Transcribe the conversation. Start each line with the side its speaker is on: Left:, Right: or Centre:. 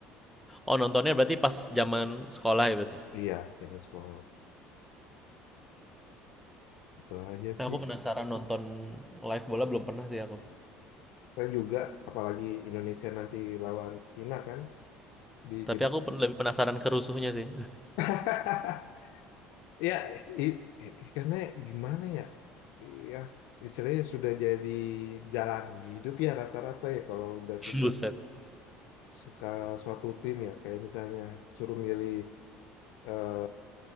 Centre: Oh, nontonnya berarti pas zaman sekolah ya berarti.
Left: Iya, zaman sekolah. Itu aja
Centre: Nah,
Left: sih.
Centre: aku
Left: I-
Centre: penasaran nonton live bola belum pernah sih aku.
Left: Saya juga, apalagi Indonesia nanti lawan Cina kan di
Centre: Tapi
Left: gitu.
Centre: aku pen- lebih penasaran kerusuhnya sih.
Left: <laughs> Ya, i- i- karena gimana ya? Ya, istilahnya sudah jadi jalan hidup ya rata-rata ya kalau udah
Centre: <laughs>
Left: suka
Centre: Buset.
Left: suka suatu tim ya kayak misalnya suruh milih eh,